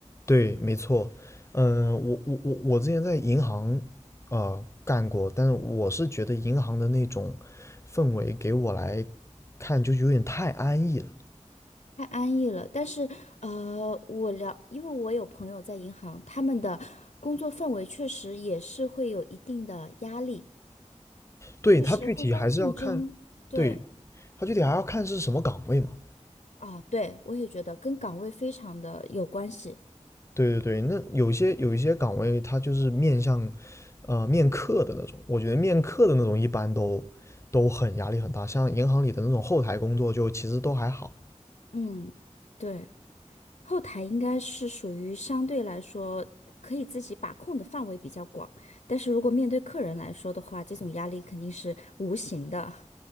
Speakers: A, on the left (about 25°); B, on the left (about 80°).
A: 对，没错，嗯，我我我我之前在银行呃干过，但是我是觉得银行的那种氛围给我来看就有点太安逸了。
B: 太安逸了，但是呃，我聊，因为我有朋友在银行，他们的工作氛围确实也是会有一定的压力，
A: 对，
B: 就是互相竞争。
A: 它具体还是要看，
B: 对，
A: 对，它具体还要看是什么岗位嘛。
B: 啊，对，我也觉得跟岗位非常的有关系。
A: 对对对，那有些有一些岗位，它就是面向，呃，面客的那种。我觉得面客的那种一般都都很压力很大，像银行里的那种后台工作，就其实都还好。
B: 嗯，对，后台应该是属于相对来说可以自己把控的范围比较广，但是如果面对客人来说的话，这种压力肯定是无形的。<laughs>